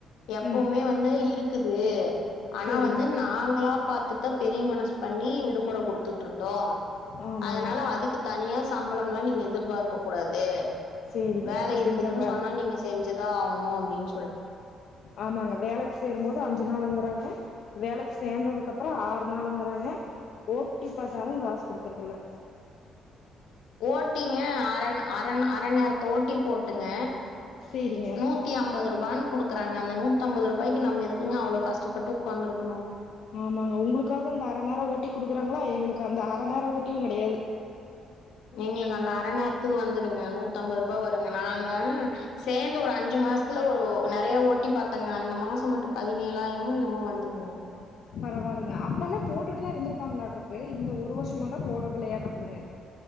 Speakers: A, on the left (about 85°); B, on the left (about 65°).
A: எப்பவுமே
B: ம்
A: வந்து இருக்குது ஆனா
B: சேரிங்க
A: வந்து நாங்களா பாத்து தா பெரிய மனசு பண்ணி விடுமுறை கொடுத்துட்டுருந்தோ
B: ஆமாங்க
A: அதனால அதுக்கு தனியா சம்பளம்ல்லா நீங்க எதிர்பா க்க கூடாது
B: சேரிங்க
A: வேல
B: அப்டின்ட்டாங்களா
A: இருக்குதுன்னு சொன்னா நீங்க செஞ்ச ஆகுனு அப்டின் சொல்
B: ஆமாங்க வேலைக்கு சேரும்போது அஞ்சு நாளுங்கிறாங் வேலைக்கு சேர்ந்ததுக்கப்றம் ஆறு நாளுங்கறாங்க ஓட்டி பாத்தாலு காசு கொடுக்கறதல
A: ஓட்டிங்க அரண் அரண் அ நேரத்த ஓட்டி போட்டுங்க
B: சேரிங்க
A: நூத்தி அம்பது ரூ வா குடுக்குறாங்க அந்த நூத்தம்பதுரூபாய்க்கு நம்ம எதுக்குங்க அவ்ளோ கஷ்டப்பட்டு உக்காந்துருக்கணு
B: ஆமாங்க உங்களுக்காவது அந்த அர நேரோ ஓட்டி குடுக்குறாங்களா எங்களுக்கு அந்த அரை நேரம் ஓட்டியும் கெடையாது
A: எங்களுக்கு அந்த அர நேரத்துகு வந்துருங்க நூத்தம்பது பா வருங்க நாங்க சேந்து ஒரு அஞ்சு மாசத்துல ஒரு நிறைய ஓட்டி பாத்தங்க அந்த மாச மட்டும் பதினேழாயிரமொ என்னமொ வந்ததுங்க
B: பரவாயில்லைங்க அப்பல்லா போட்டுட்டுதா இருந்திருப்பாங்களாடுருக்கு இந்த ஒரு வருஷமா தா போடுறதில்லையாட்டுக்குதுங்க